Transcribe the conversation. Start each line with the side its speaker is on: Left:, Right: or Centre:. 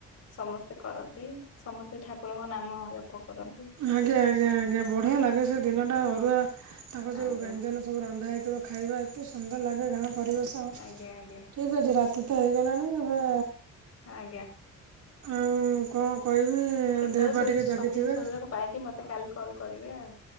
Left: ସମସ୍ତେ କରନ୍ତି ସମସ୍ତେ ଠାକ ଠାକୁରଙ୍କ ନାମ ଜପ କରନ୍ତି।
Right: ଆଜ୍ଞା ଆଜ୍ଞା ଆଜ୍ଞା ବଢ଼ିଆ ଲାଗେ ସେ ଦିନଟା ଅରୁଆ। ତାଙ୍କ ଯୋଉ
Left: ଆଜ୍ଞା।
Right: ବ୍ୟଞ୍ଜନ ସବୁ ରନ୍ଧା ହେଇଥିବ ଖାଇବା ଏତେ ସୁନ୍ଦର ଲାଗେ ଗାଁ ପରିବେଶ
Left: ଆଜ୍ଞା
Right: ଟି।
Left: ଆଜ୍ଞା
Right: ହେଇଯାଉଚି ରାତି ତ ହେଇଗଲାଣି ଏବେ
Left: ଆଜ୍ଞା।
Right: ଉଁ ମୁଁ କଂ କହିବି
Left: କେତେବେଳେ
Right: ଦେହ ପା
Left: ସୁବି
Right: ଟିକେ
Left: ସୁବିଧା
Right: ଜଗିଥିବେ।
Left: ସୁଯୋଗ ପାଇକି ମତେ କାଲି କଲ୍ କରିବେ ଆଉ